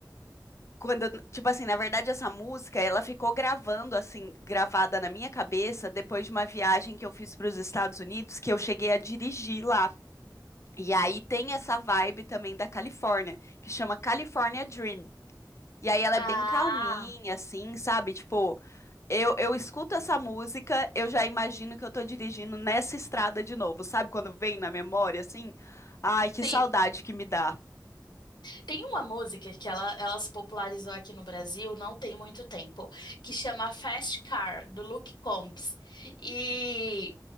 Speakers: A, on the left; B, on the left.
A: quando, tipo assim, na verdade essa música, ela ficou gravando assim, gravada na minha cabeça depois de uma viagem que eu fiz para os Estados Unidos, que eu cheguei a dirigir lá. E aí tem essa vibe também da Califórnia, que chama California Dream. E aí ela
B: ah,
A: é bem calminha assim, sabe? Tipo, eu, eu escuto essa música, eu já imagino que eu tô dirigindo nessa estrada de novo, sabe? Quando vem na memória, assim. Ai, que
B: sim.
A: saudade que me dá.
B: Tem uma música que ela, ela se popularizou aqui no Brasil não tem muito tempo, que chama Fast Car, do Luke Combs. E